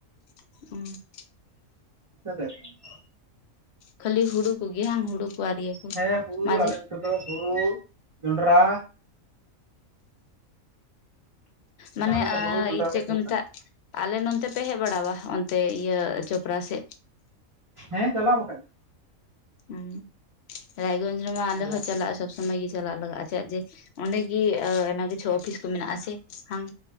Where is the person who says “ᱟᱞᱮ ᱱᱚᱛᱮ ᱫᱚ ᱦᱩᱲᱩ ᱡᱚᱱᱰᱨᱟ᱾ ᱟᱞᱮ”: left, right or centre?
Right